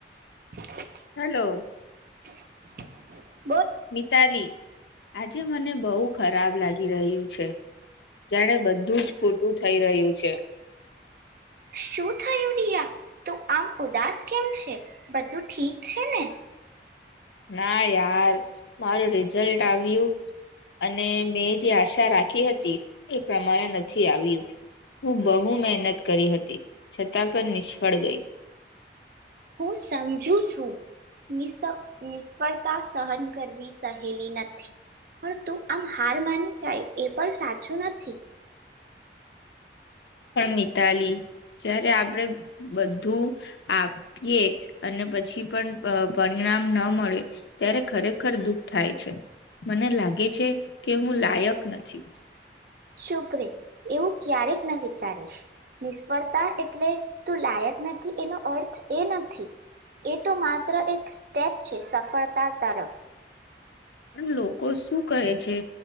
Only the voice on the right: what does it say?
<inaudible>
<inaudible>
શું થયુ રિયા? તો આમ ઉદાસ કેમ છે બધું ઠીક છે ને?
હું સમજું છું નિશ નિષ્ફળતા સહન કરવી સહેલી નથી. પણ તું આમ હાર માની જાય એ પણ સાચું નથી.
ચુપરે એવું ક્યારેક ન વિચારીશ નિષ્ફળતા એટલે તું લાયક નથી એનો અર્થ એ નથી એ તો માત્ર એક સ્ટેપ છે સફળતા તરફ.